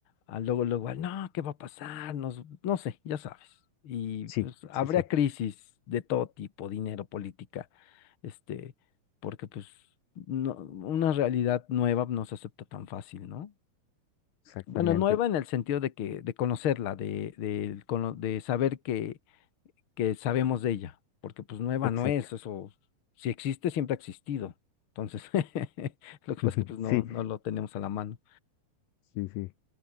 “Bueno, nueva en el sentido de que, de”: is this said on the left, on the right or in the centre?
Left